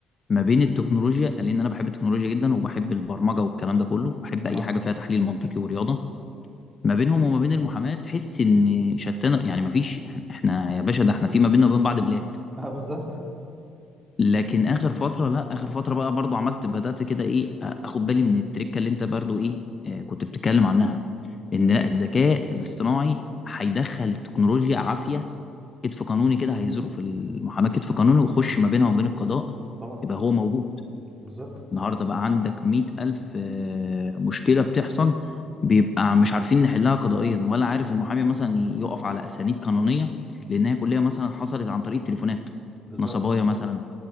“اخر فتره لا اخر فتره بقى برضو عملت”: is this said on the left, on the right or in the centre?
Left